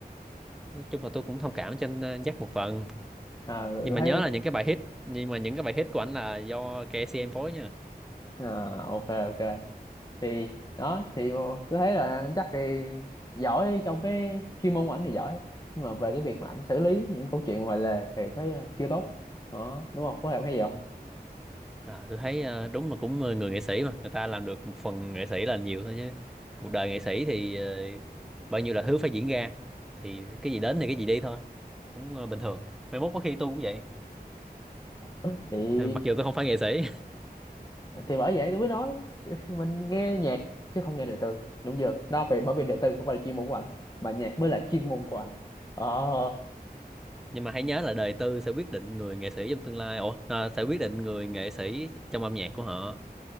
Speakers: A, in the centre; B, on the left.
A: nói chung là tôi cũng thông cảm cho anh ờ, Jack một phần
B: à, tôi
A: nhưng mà
B: thấy
A: nhớ là những cái bài hit nhưng mà những cái bài hit của anh là do KCM phối nha
B: à, ok ok thì đó thì tôi thấy là anh chắc thì giỏi trong cái chuyên môn của ảnh thì giỏi nhưng mà về cái việc mà ảnh xử lý những câu chuyện ngoài lề thì thấy chưa tốt đó đúng không có em thấy gì không
A: à, tôi thấy ờ, đúng là cũng ờ, người nghệ sĩ mà người ta làm được một phần nghệ sĩ là nhiều thôi chứ cuộc đời nghệ sĩ thì ờ, bao nhiêu là thứ phải diễn ra thì cái gì đến thì cái gì đi thôi cũng ờ, bình thường mai mốt có khi tôi cũng vậy
B: <laughs> thì
A: Ờ, mặc dù tôi không phải nghệ sĩ
B: thì bởi vậy tôi mới nói <laughs> mình nghe nhạc chứ không nghe đời tư đúng chưa đó phải bởi vì đời tư không phải là chuyên môn của anh mà nhạc mới là chuyên môn của anh ờ
A: nhưng mà hãy nhớ là đời tư sẽ quyết định người nghệ sĩ trong tương lai ủa à, sẽ quyết định người nghệ sĩ trong âm nhạc của họ